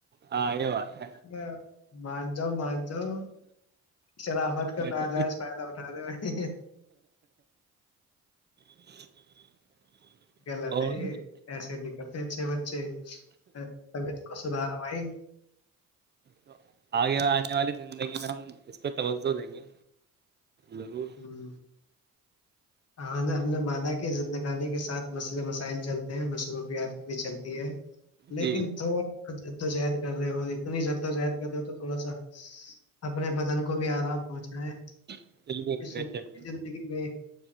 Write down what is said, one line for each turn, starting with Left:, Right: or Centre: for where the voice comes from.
Right: ہاں یہ بات
Left: <inaudible> جاؤ مان جاؤ شرامت
Right: ہے
Left: کا ن جائج فائدہ اٹھان رہے میں
Right: <inaudible>
Left: غلط
Right: اور
Left: ہے یہ ایسے بھی کرتے اھے بچے طبیعت کو سدھارا بھائی
Right: تو آگے آنے والی زندگی میں ہم اس پہ توجہ دیں گے ضرور
Left: ہمم ہ نے ہم نے مانا کہ عت نکانی کے ساتھ مسئلے مسائل چلتے ہیں مصروفیات بھی چلتی ہے لیکن
Right: جی
Left: تھوڑا وقت جو جہد کر رہے ہو اتنی جدوجہد کر رہے ہو تو تھوڑا سا اب اپنے بدن کو بھی آرام پہنچنا ہے
Right: بالکل بے
Left: سکون
Right: شک.
Left: زندگی میں